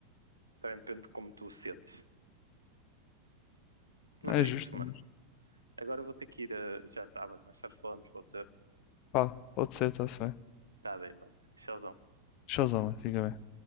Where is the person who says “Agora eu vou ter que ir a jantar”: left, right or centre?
Right